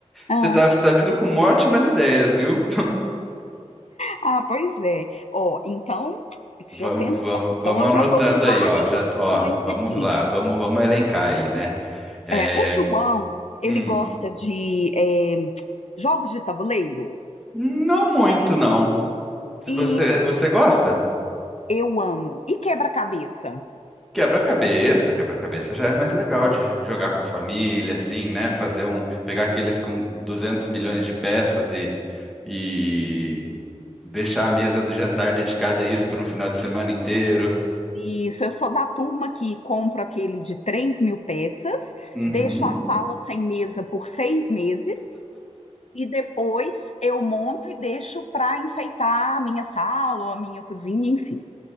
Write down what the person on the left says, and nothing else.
Ah,
ah, pois é. Ó, então, deixa
eu pensar.
Então, eu
já estou com várias
opções
aqui.
É, o João, ele
gosta de é, jogos de tabuleiro
e
eu amo. E quebra-cabeça?
Isso, eu sou da turma que compro aquele de três mil peças,
deixo a sala sem mesa por seis meses e depois eu monto e deixo para enfeitar a minha sala ou a minha cozinha, enfim.